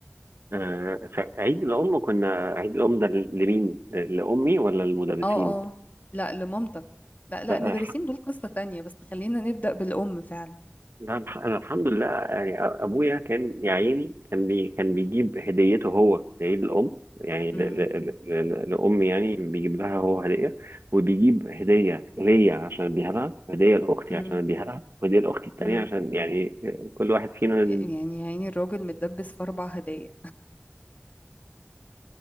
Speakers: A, on the right; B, on the left.
A: آه، فعيد الأم كنا عيد الأم ده لمين؟ لأمي ولا للمدرسين؟
B: اه اه لا لمامتك لا لا
A: لا
B: المدرسين
A: الح-
B: دول قصه تانية بس خلينا نبدا بالام فعلا
A: لا، الح- أنا الحمد لله يعني أ- أبويا كان يا عيني كان بي كان بيجيب هديته هو لعيد الأم يعني ل-
B: امم
A: ل- ل- ل- لأمي يعني بيجيب لها هو هدية وبيجيب هدية ليا عشان أديها لها هدية لأختي
B: امم
A: عشان أديها لها وهدية لأختي التانية
B: امم
A: عشان يعني كل واحد فينا
B: يعني يا عيني الراجل متدبس في اربع هدايا